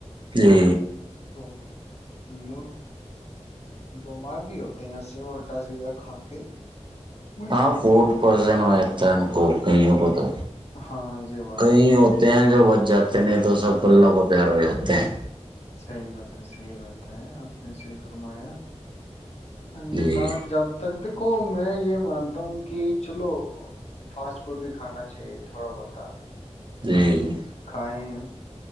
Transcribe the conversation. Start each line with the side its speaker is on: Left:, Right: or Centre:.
Right: جی
Left: تو لوگ بیمار بھی ہوتے ہیں ای سے الٹا سیدھا کھا کے بٹ
Right: ہاں فورڈ پزن ہو تن کو کہوں کو تو
Left: ہاں یہ بات
Right: کئی
Left: ہے نا
Right: ہوتے ہیں جو جاتے نہیں تو سب ب ل و پیارے بھی ہوتے ہیں
Left: صحی بات ہے صحیح بات ہے آپ نے صحی فرمایا انسان
Right: جی
Left: جب تک دیکھو میں یہ مانتا ہوں کہ چلو فاسٹ فوڈ بھی کھانا چاہیے تھوڑا بہت
Right: جی
Left: کھائیں